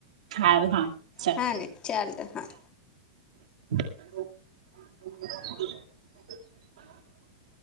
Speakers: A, on the right; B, on the left.
A: હારું હા ચાલ
B: હા ને ચાલ તો હા
A: <inaudible>